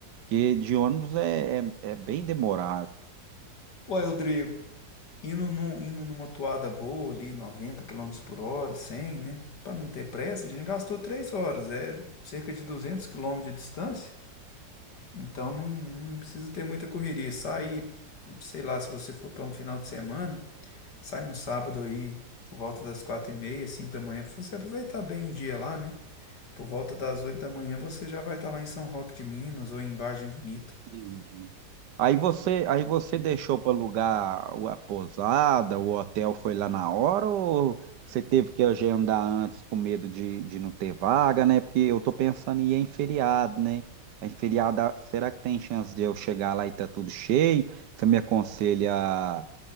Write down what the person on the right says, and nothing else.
Porque de ônibus é, é, é bem demorado.
Entendi. Aí você, aí você deixou para alugar o- a pousada, o hotel foi lá na hora ou você teve que agendar antes com medo de, de não ter vaga, né? Porque eu tô pensando em ir em feriado, né? Em feriado, ah, será que tem chance de eu chegar lá e tá tudo cheio? Você me aconselha a,